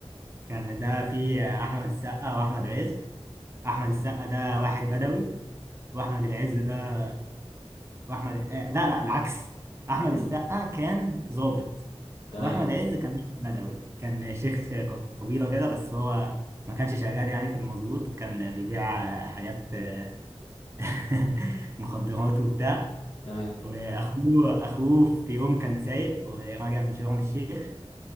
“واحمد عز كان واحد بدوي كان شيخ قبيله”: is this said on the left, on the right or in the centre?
Right